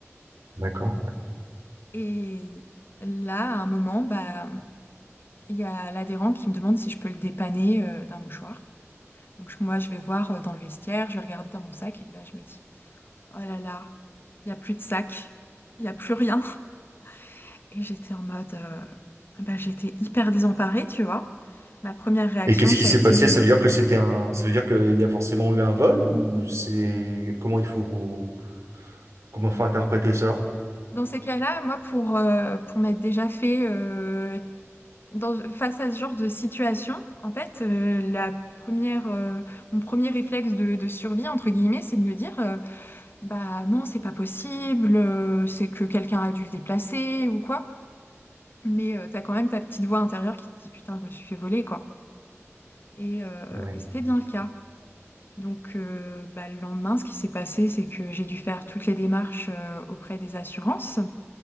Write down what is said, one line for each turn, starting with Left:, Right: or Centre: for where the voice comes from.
Right: D'accord.
Left: Et là, à un moment, bah il y a l'adhérent qui me demande si je peux le dépanner euh, d'un mouchoir. Donc je- moi, je vais voir euh, dans le vestiaire, je vais regarder dans mon sac, et là, je me dis, oh là là, il n'y a plus de sac, il n'y a plus rien. <laughs> Et j'étais en mode, euh, bah, j'étais hyper désemparée, tu vois. Ma première réaction,
Right: Et qu'est-ce
Left: ça
Right: qui s'est
Left: a été,
Right: passé? Ça
Left: euh,
Right: veut dire que c'était un, ça veut dire qu'il y a forcément eu un vol ou c'est comment il faut comment faut
Left: Bah,
Right: interpréter ça?
Left: dans ces cas-là, moi, pour, euh, pour m'être déjà fait euh, dans- face à ce genre de situation, en fait, euh, la première, euh, mon premier réflexe de, de survie, entre guillemets, c'est de me dire, euh, Bah non, c'est pas possible, euh, c'est que quelqu'un a dû le déplacer ou quoi. Mais euh, t'as quand même ta petite voix intérieure qui te dit putain, je me suis fait voler quoi. Et, euh,
Right: Et ouais.
Left: et c'était bien le cas. Donc euh, bah, le lendemain, ce qui s'est passé, c'est que j'ai dû faire toutes les démarches euh, auprès des assurances